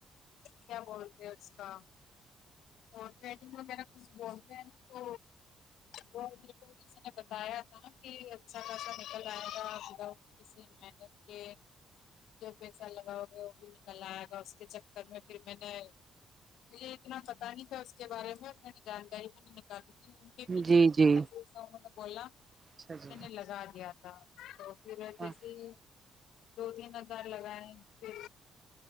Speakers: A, on the left; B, on the right.
A: کیا بولتے اس کا اور چیٹنگ وغیرہ کچھ بولتے ہیں تو وہ میرے کو کسی نے بتایا تھا کہ اچھا خاصا نکل آئے گا اسی محنت کے جو پیسہ لگاؤ گے وہ بھی نکل آئے گا اس کے چکر میں پھر میں نے مجھے اتنا پتا نہیں تھا اس کے بارے میں اور میں نے جانکاری بھی نے نکالی ان کے پیچھے
B: جی
A: پیچھے
B: جی
A: جیسے انوں نے بولا
B: اچھا جی
A: میں نے لگا دیا تھا تو پرر
B: ہاں
A: جیسے ہی دو تین ہزار لگائے پھر